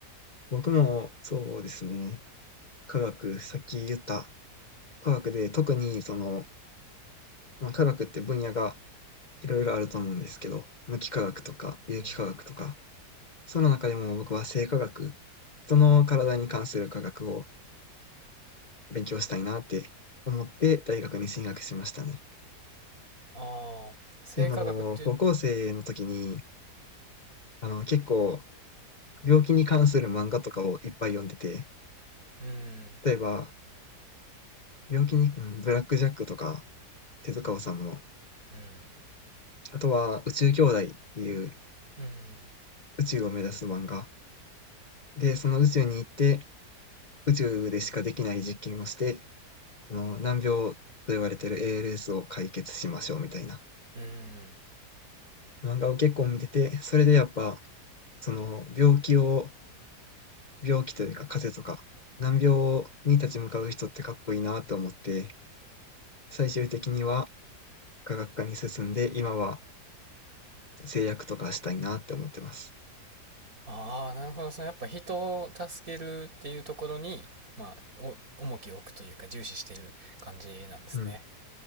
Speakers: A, on the left; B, on the right.
A: 僕もそうですね。科学、さっき言った科学で特にその、まあ、科学って分野がいろいろあると思うんですけど、無機化学とか有機化学とか、
B: うん。
A: その中でも僕は生化学、人の体に関する科学を
B: うん。
A: 勉強したいなって思って大学に進学しましたね。っ
B: ああ、生化学っていう、
A: ていうのも、高校生の時に、あの、結構、病気に関する漫画とかをいっぱい読んでて、
B: うん、
A: 例えば、病気に、うん、ブラックジャックとか、手塚治虫の、
B: うん、
A: あとは、宇宙兄弟っていう
B: うん、
A: 宇宙を目指す漫画。で、その宇宙に行って、宇宙でしかできない実験をして、あの、難病と言われてる ALS を解決しましょうみたいな
B: うん。
A: 漫画を結構見てて、それでやっぱ、その病気を病気というか風邪とか、難病に立ち向かう人ってかっこいいなと思って、最終的には科学科に進んで、今は製薬とかしたいなって思ってます。
B: ああ、なるほど。そのやっぱ人を助けるっていうところに、まあ、お、重きを置くというか重視してる感じなんですね。
A: うん、